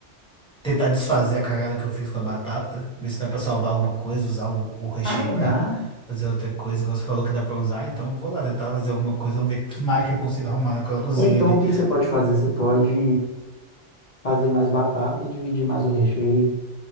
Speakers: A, in the centre; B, on the left.
A: tentar desfazer a cagada que eu fiz com a batata, ver se dá pra salvar alguma coisa, usar o, o recheio
B: Ah,
A: pra
B: dá.
A: fazer outra coisa, igual você falou que dá pra usar, então eu vou lá tentar fazer alguma coisa, vamos ver que mágica eu consigo arrumar naquela cozinha
B: Ou então,
A: ali.
B: o que que você pode fazer? Você pode fazer mais batata e dividir mais o recheio.